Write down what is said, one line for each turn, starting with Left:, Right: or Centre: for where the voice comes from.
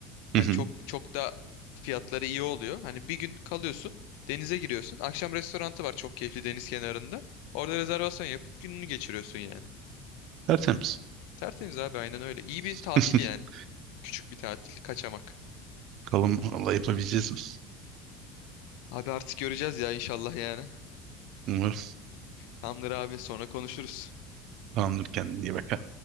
Left: Hani
Right: Hı hı.
Left: çok çok da fiyatları iyi oluyor. Hani bir gün kalıyorsun denize giriyorsun. Akşam restorantı var çok keyifli deniz kenarında. Orada rezervasyon yapıp gününü geçiriyorsun yani.
Right: Tertemiz.
Left: Tertemiz abi aynen öyle. İyi bir
Right: <laughs>
Left: tatil yani. Küçük bir tatil, kaçamak.
Right: Bakalım Allah yapabileceğiz mi?
Left: Abi artık göreceğiz ya inşallah yani.
Right: Umarım.
Left: Tamamdır abi sonra konuşuruz.
Right: Tamamdır kendine iyi bak.